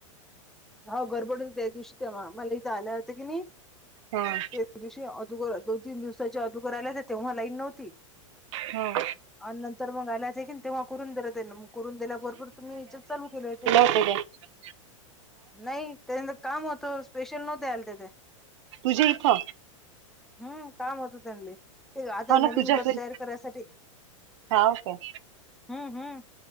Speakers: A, in the centre; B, on the right.
A: हो गडबड होती त्या दिवशी तेव्हा मला इथं आल्या होतं की नाई.
B: हा
A: त्या दिवशी अदुगर दोन तीन दिवसाच्या अदुगर आल्या होत्या तेव्हा लाईन नव्हती.
B: हो.
A: आणि नंतर मग आल्या होत्या की तेव्हा करून दिले त्यांना मग करून दिल्या बरोबर तुम्ही चालू केले होते.
B: असक <unintelligible>
A: नाही त्याच्यांत काम होतं स्पेशल नव्हते आलते ते
B: तुझ्या इथं.
A: हम्म काम होतं त्यांले ते आता
B: हो
A: नवीन
B: ना तुझ्या
A: गट
B: घरी
A: तयार करायसाठी
B: हाव काय
A: हम्म हम्म